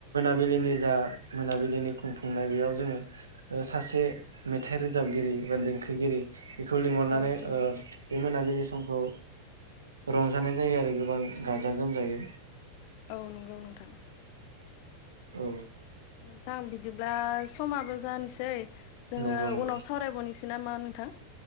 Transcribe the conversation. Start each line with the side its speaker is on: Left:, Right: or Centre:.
Right: बिलिनिजा मोनाबिलिनि खुंफुंनायाव बेयाव जोङो ओ सासे मेथाइ रोजाबगिरि एबा देंखोगिरि बेखौ लिंहरनानै
Left: औ नंगौ
Right: ओ बे मोनाबिलि सम खौ रंजानाय जायो आरो गोबां गाजा गोमजायै।
Left: औ नंगौ नोंथां।
Right: औ।
Left: नोंथां बिदिब्ला। समाबो जानोसै जोङो
Right: नंगौ नंगौ
Left: उनाव सावरायबावनिसै। नामा नोंथां?